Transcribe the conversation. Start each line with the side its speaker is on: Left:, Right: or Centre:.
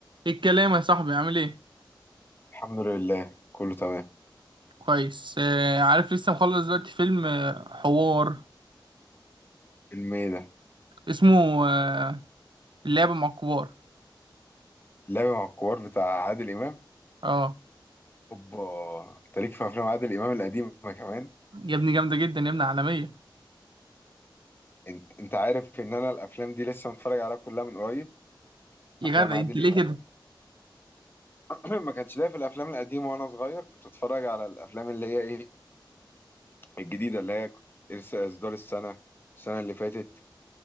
Right: ايه الكلام يا صاحبي عامل ايه
Left: الحمد لله كله تمام
Right: كويس آه عارف لسه مخلص دلوقتي فيلم آه حوار
Left: فيلم ايه ده
Right: اسمه آه اللعبة مع الكبار
Left: اللعبة مع الكبار بتاع عادل إمام
Right: اه
Left: اوبا انت ليك في افلام عادل إمام القديمة كمان
Right: يا ابني جامدة جدا يا ابني عالمية
Left: انت انت عارف ان انا الافلام دي لسه متفرج عليها كلها من قريب
Right: يا
Left: افلام
Right: جدع
Left: عادل
Right: انت ليه
Left: إمام
Right: كده
Left: <clears throat> ما كانش ليا في الافلام القديمة وانا صغير كنت بتفرج على الافلام اللي هي ايه الجديدة اللي هي لسه اصدار السنة السنة اللي فاتت